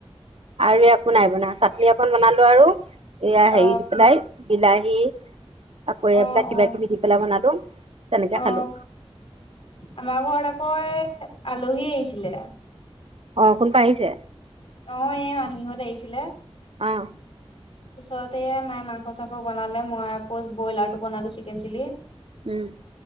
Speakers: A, on the right; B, on the left.
A: আৰু একো নাই বনোৱা চাটনি অকণ বনালো আৰু এয়া
B: অ
A: হেৰি দি পেলাই বিলাহী। আকৌ এইবিলাক
B: অ
A: কিবা
B: অ
A: কিবি দি পেলাই বনালো তেনেকে
B: অ
A: খালোঁ।
B: আমাৰ ঘৰত আকৌ এই আলহী আহিছিলে।
A: অ কোনবা আহিছে।
B: অ এই মাহিহঁত আহিছিলে।
A: অ।
B: পিছতে এ মায়ে মাংস চাংস বনালে মই আকৌ ব্ৰইলাৰটো বনালো চিকেন চিলি।
A: উম।